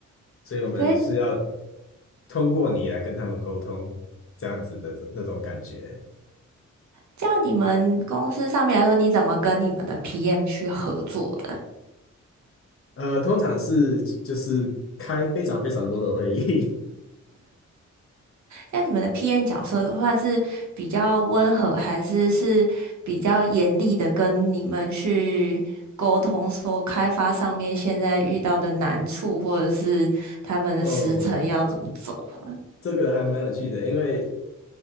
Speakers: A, on the left; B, on the right.
A: 所以我们是要
B: 所以
A: 通过你来跟他们沟通这样子的这那种感觉。
B: 这样你们公司上面来说，你怎么跟你们的 PM 去合作？的？
A: 呃，通常是就是开非常非常多的会议
B: 那你们的 p N 角色算是比较温和，还是是比较严厉的跟你们去沟通，说开发上面现在遇到的难处，或者是他们的时程要怎么走啊
A: <laughs> 哦，这个还蛮有趣的，因为